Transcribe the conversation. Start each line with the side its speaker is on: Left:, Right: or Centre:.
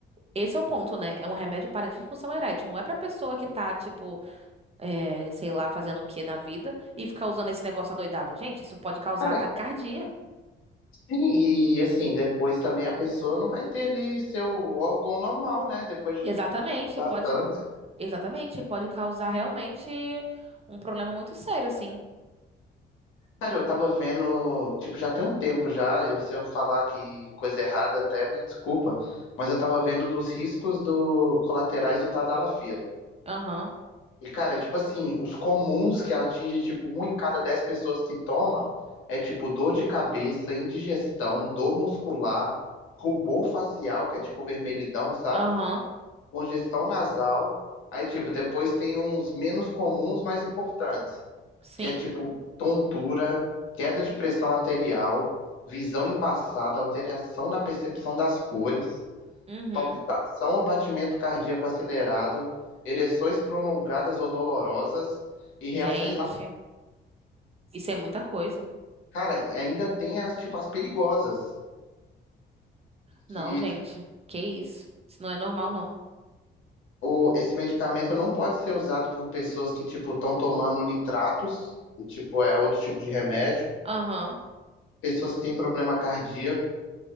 Right: Esse é o ponto, né? É um remédio para disfunção erétil. Não é pra pessoa que tá, tipo, é, sei lá, fazendo o que na vida e ficar usando esse negócio adoidado. Gente, isso pode causar
Left: Cara,
Right: taquicardia.
Left: sim, e assim, depois também a pessoa não vai ter ali seu órgão normal, né? Depois
Right: Exatamente,
Left: de usar
Right: pode.
Left: tanto.
Right: Exatamente, pode causar realmente um problema muito sério, assim.
Left: Cara, eu tava vendo, tipo, já tem um tempo já, eu- se eu falar que coisa errada até me desculpa, mas eu tava vendo dos riscos do colaterais do Tadalafila.
Right: Aham,
Left: E, cara, tipo assim, os comuns que atinge, tipo, um em cada dez pessoas que toma é, tipo, dor de cabeça, indigestão, dor muscular, rubor facial, que é tipo vermelhidão, sabe?
Right: aham,
Left: Congestão nasal. Aí, tipo, depois tem uns menos comuns, mais importantes
Right: sim.
Left: que é tipo tontura, queda de pressão arterial, visão embaçada, alteração na percepção das cores,
Right: Uhum.
Left: palpitação ou batimento cardíaco acelerado, ereções prolongadas ou dolorosas e reações.
Right: Gente,
Left: a-
Right: isso é muita coisa.
Left: Cara, e ainda tem as tipo as perigosas,
Right: Não,
Left: que
Right: gente,
Left: tipo,
Right: que isso? Isso não é normal, não.
Left: o- esse medicamento não pode ser usado por pessoas que tipo estão tomando nitratos, que tipo é outro tipo de remédio,
Right: Aham,
Left: pessoas que têm problema cardíaco